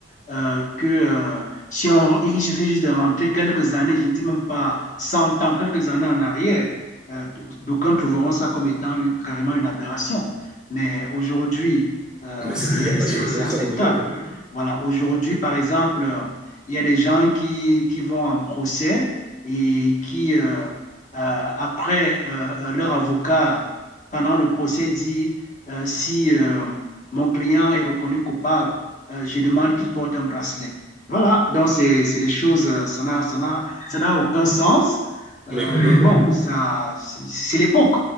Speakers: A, on the left; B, in the centre.
A: euh, que euh, si on, il suffit juste de rentrer quelques années, je ne dis même pas 100 ans, quelques années en arrière, euh, d- d'aucuns trouveront ça comme étant une- carrément une aberration. Mais aujourd'hui, euh,
B: Mais c'était
A: c'est
B: il n'y a pas
A: c'est-
B: si longtemps
A: c'est acceptable.
B: que ça, on est d'accord.
A: Voilà, aujourd'hui par exemple, euh, il y a des gens qui, qui vont en procès et qui euh, euh, après euh, euh, leur avocat pendant le procès dit euh, si euh, mon client est reconnu coupable, euh, je demande qu'il porte un bracelet. Voilà, donc c'est des choses, euh, ça n'a ça n'a- ça n'a aucun sens. Euh,
B: Mais complètement.
A: mais bon, ça, c'est l'époque.